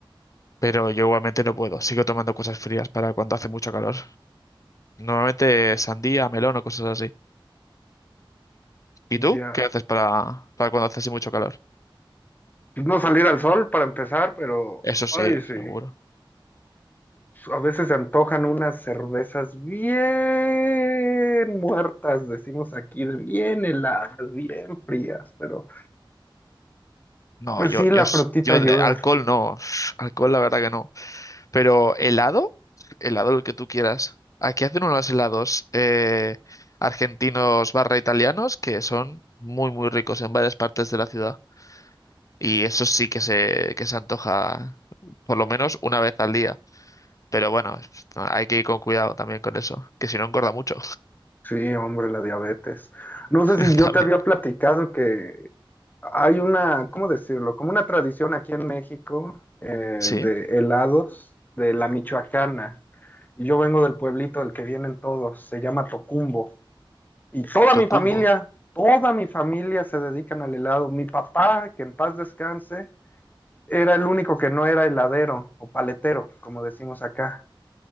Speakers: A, on the left; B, on the left.
A: Pero yo igualmente no puedo, sigo tomando cosas frías para cuando hace mucho calor. Normalmente sandía, melón o cosas así. ¿Y
B: Ya.
A: tú qué haces para, para cuando hace así mucho calor?
B: No salir al sol para empezar, pero,
A: Eso sí,
B: ay, sí.
A: seguro.
B: A veces se antojan unas cervezas bien muertas, decimos aquí, de bien heladas, bien frías, pero
A: No,
B: pues
A: yo,
B: sí,
A: yo,
B: la
A: s-
B: frutita
A: yo
B: ayuda.
A: de alcohol no. <sniffs> Alcohol la verdad que no. Pero helado, helado el que tú quieras. Aquí hacen unos helados eh, argentinos barra italianos que son muy muy ricos en varias partes de la ciudad. Y eso sí que se, que se antoja por lo menos una vez al día. Pero bueno, hay que ir con cuidado también con eso, que si no engorda mucho
B: Sí, hombre, la diabetes. No sé
A: <laughs>
B: si yo
A: también.
B: te había platicado que hay una, ¿cómo decirlo? Como una tradición aquí en México eh,
A: Sí,
B: de helados de la Michoacana. Y yo vengo del pueblito del que vienen todos, se llama Tocumbo. Y toda
A: Tocumbo,
B: mi familia, toda mi familia se dedican al helado. Mi papá, que en paz descanse, era el único que no era heladero o paletero, como decimos acá.